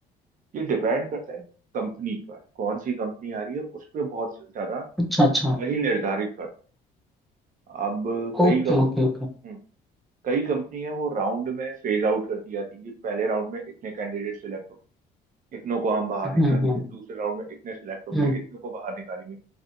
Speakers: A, on the right (about 50°); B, in the centre.
A: ये डिपेंड करता है कंपनी पर कौन सी कंपनी आ रही है उस पे बहुत ज्यादा
B: अच्छा अच्छा
A: वही निर्धारित करता है अब कई
B: Okay
A: कंप
B: okay okay
A: हम्म, कई कंपनी है वो राउंड में फेज आउट करती जाती है कि पहले राउंड में इतने कैंडिडेट सिलेक्ट होंगे इतनों को हम बाहर
B: Hmm
A: निकालेंगे
B: hmm
A: दूसरे राउंड में इतने सिलेक्ट होंगे
B: hmm
A: इतने को बाहर निकालेंगे